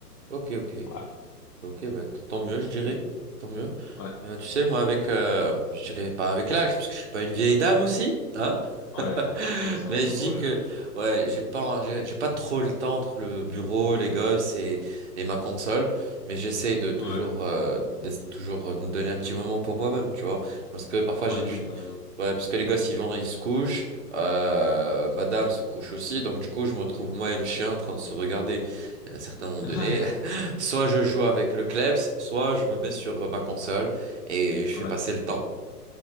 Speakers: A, on the right (about 45°); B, on the left (about 80°).
A: Ok, ok.
B: Ouais,
A: Ok, bah, t- tant mieux, je dirais.
B: cool.
A: Tant mieux.
B: Ouais,
A: Euh, tu sais, moi, avec, euh, je dirais pas avec l'âge, parce que je suis pas une vieille dame aussi, hein. <laughs>
B: ouais. Non, ça
A: Mais
B: va être encore
A: je dis que
B: jeune.
A: ouais, j'ai pas j'ai j'ai pas trop le temps entre le bureau, les gosses et, et ma console, mais j'essaye de toujours
B: Ouais.
A: euh, de toujours euh, me donner un petit moment pour moi-même, tu vois, parce que parfois
B: Ouais,
A: j'ai dû
B: non, t'as raison.
A: ouais, parce que les gosses ils vont, ils se couchent, euh, madame se couche aussi, donc du coup je me retrouve moi et le chien en train de se regarder. À un certain moment
B: <laughs>
A: donné, <laughs> soit je joue avec le Klebs, soit je me mets sur euh, ma console et je fais
B: Ouais,
A: passer le temps.